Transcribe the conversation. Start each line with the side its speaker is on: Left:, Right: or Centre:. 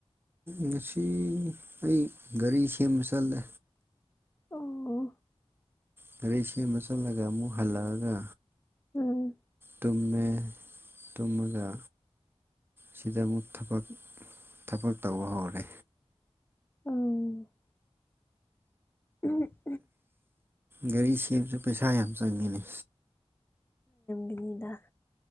Right: ꯉꯁꯤ ꯑꯩ ꯒꯥꯔꯤ ꯁꯦꯝꯕ ꯆꯠꯂꯦ
Left: ꯑꯣ
Right: ꯒꯔꯤꯁꯦꯝꯃ ꯆꯠꯂꯒ ꯑꯃꯨꯛ ꯍꯜꯂꯛꯑꯒ
Left: ꯎꯝ
Right: ꯇꯨꯝꯃꯦ ꯇꯨꯝꯃꯒ ꯁꯤꯗ ꯑꯃꯨꯛ ꯊꯕꯛ ꯊꯕꯛ ꯇꯧꯕ ꯍꯧꯔꯦ
Left: ꯑꯥ ꯎꯝ
Right: ꯒꯥꯔꯤ ꯁꯦꯝꯕꯁꯨ ꯄꯩꯁꯥ ꯌꯥꯝ ꯆꯪꯃꯤꯅꯦ
Left: ꯒꯤꯅꯤꯗ